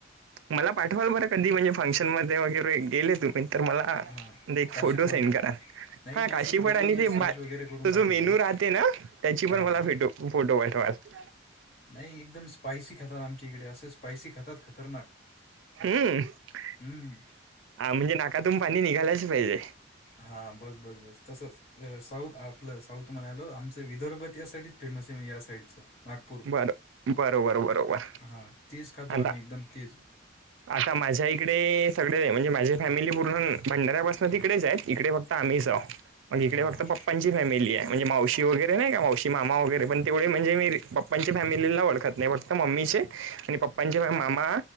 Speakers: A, on the right; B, on the left.
A: मला पाठवाल बरं कधी म्हणजे फंक्शन मध्ये वगैरे गेले तुम्ही तर मला
B: हां
A: एक
B: काशीफळ
A: फोटो सेंड
B: का
A: करा
B: नाही
A: हा
B: मी
A: काशीफड
B: असंच गुगलने
A: आणि ते
B: सर्च वगैरे करून
A: तो
B: पाठवतो
A: जो मेन्यू
B: मी
A: राहते ना त्याची
B: हां
A: पण मला
B: हां
A: फेटो फोटो पाठवाते
B: नाही एकदम स्पायसी खातात आमच्या इकडे असे स्पायसी खातात खतरनाक
A: हम्म
B: हम्म.
A: म्हणजे नाकातून पाणी निघालायच पाहिजे
B: हा बस बस बस तस साऊथ आपलं साऊथ म्हणाल आम दरबत या सासाठीच फेमस आहे या साईडचं नागपूर
A: बरं बरोबर बरोबर
B: हा तेीच खातो
A: आता
B: आम्ही एकदम तेीच
A: आता माझ्या इकडे सगळे म्हणजे माझी फॅमिली पूर्ण भंडाऱ्यापा तिकडेच इकडे फक्त आमहीग
B: हां
A: इडे्
B: हां
A: फॅमिली आहे म्हजे मावशी वगैरे नाही का मावशी मामा वगैरे पण तेवढे म्हणजे मी प पप्पची फॅमिलीला ओळखत नाही फक्त मम्मीचे आणि पप्पांचे मामा